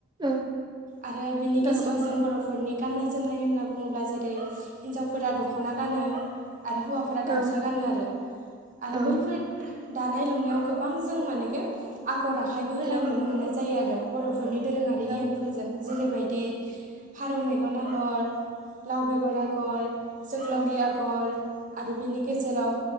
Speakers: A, on the right; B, on the right.
A: औ
B: आरो बिनि गेजेराव
A: औ
B: जों बरफोरनि गाननाय जोमनाय होनना बुङोब्ला जेरै हिनजावफोरा दखना गानो आरो हौवाफोरा गामसा
A: औ
B: गानो आरो आरो
A: औ
B: बैफोर दानाय लुनायाव गोबां जों मानेखे आगर आखाइबो
A: औ
B: होनाय
A: हेलौ
B: नुनो मोननाय जायोआरो बर नि दोरोङारि
A: हेलौ
B: गियानफोरजों जेरैबायदि फारौ मेगन आगर लाव बेगर आगर जोग्लाव
A: औ
B: गर आरो बिनि गेजेराव